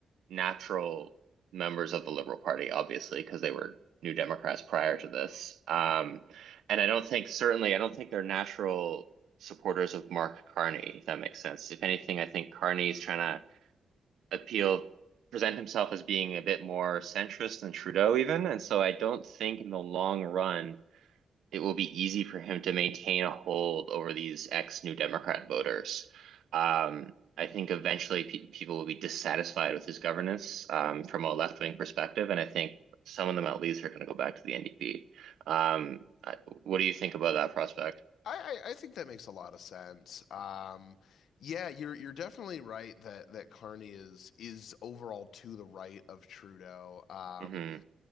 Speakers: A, on the right; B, on the left.
A: natural members of the Liberal Party, obviously, because they were New Democrats prior to this. Um, and I don't think, certainly, I don't think they're natural supporters of Mark Carney, if that makes sense. If anything, I think Carney's trying to appeal, present himself as being a bit more centrist than Trudeau, even. And so I don't think in the long run, it will be easy for him to maintain a hold over these ex-New Democrat voters. Um, I think eventually pe people will be dissatisfied with his governance um, from a left-wing perspective, and I think some of them at least are going to go back to the NDP. Um, I, what do you think about that prospect?
B: I, I I think that makes a lot of sense. Um, yeah, you're you're definitely right that that Carney is is overall to the right of Trudeau. Um,
A: hmm